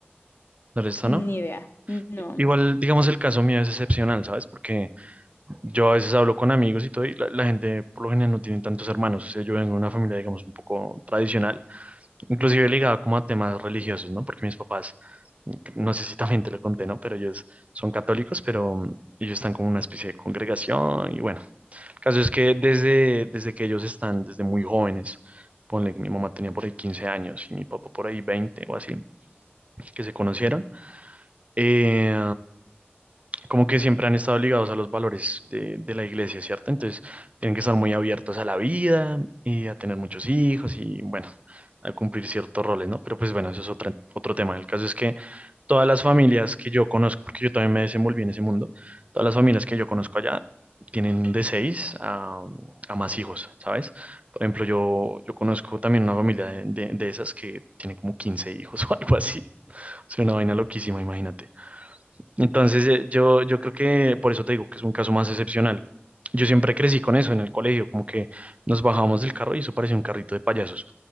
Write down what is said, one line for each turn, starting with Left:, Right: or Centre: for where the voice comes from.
Right: ¿El resto no?
Left: ni idea. No.
Right: I- Igual, digamos, el caso mío es excepcional, ¿sabes? Porque yo a veces hablo con amigos y todo, y la, la gente por lo general no tiene tantos hermanos. O sea, yo vengo de una familia, digamos, un poco tradicional, inclusive ligada como a temas religiosos, ¿no? Porque mis papás, no sé si también te lo conté, ¿no? Pero ellos son católicos, pero mm, ellos están como en una especie de congregación y bueno. Caso es que desde, desde que ellos están, desde muy jóvenes, ponle que mi mamá tenía por ahí 15 años y mi papá por ahí 20 o así, que se conocieron, eh, como que siempre han estado ligados a los valores de, de la iglesia, ¿cierto? Entonces, tienen que estar muy abiertos a la vida y a tener muchos hijos y, bueno, a cumplir ciertos roles, ¿no? Pero pues bueno, eso es otro, otro tema. El caso es que todas las familias que yo conozco, porque yo también me desenvolví en ese mundo, todas las familias que yo conozco allá tienen de seis a, a más hijos, ¿sabes? Por ejemplo, yo, yo conozco también una familia de, de- de esas que tiene como 15 hijos <laughs> o algo así. O sea, una vaina loquísima, imagínate. Entonces, eh, yo, yo creo que por eso te digo que es un caso más excepcional. Yo siempre crecí con eso en el colegio, como que nos bajábamos del carro y eso parecía un carrito de payasos,